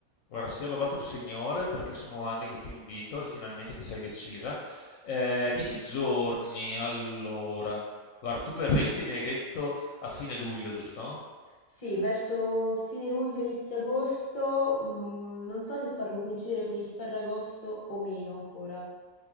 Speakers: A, on the left; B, on the left.
A: Guarda, sì, l'ho dato il Signore perché sono anni che ti invito e finalmente ti sei decisa. Eh, dieci giorni, allora. Guarda, tu verresti, mi hai detto, a fine luglio, giusto?
B: Sì, verso fine luglio, inizio agosto, mm, non so se farlo coincidere con il Ferragosto o meno ancora.